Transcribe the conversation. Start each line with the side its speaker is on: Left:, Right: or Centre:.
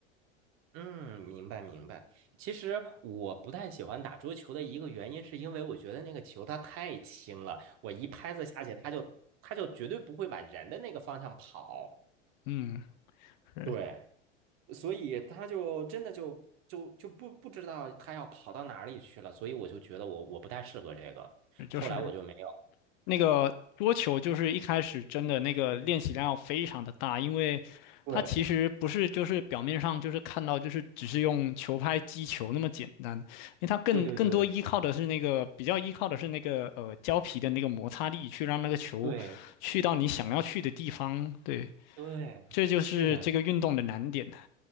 Right: 嗯，明白明白。其实我不太喜欢打桌球的一个原因，是因为我觉得那个球它太轻了，我一拍子下去，它就它就绝对不会往人的那个方向跑。
Left: 嗯，是
Right: 对，所以它就真的就就就不不知道它要跑到哪里去了，所以我就觉得我我不太适合这个，
Left: 是就是。
Right: 后来我就没有。
Left: 那个桌球就是一开始真的那个练习量要非常的大，因为它其实不是就是表面上就是看到就是只是用球拍击球那么简单，
Right: 对
Left: 因为它更更多依靠的是那个比较依靠的是那个呃胶皮的那个摩擦力去让那个球去到你想要去的地方，
Right: 对对对对
Left: 对，
Right: 对，
Left: 这就是这个运动的难点。
Right: 是的。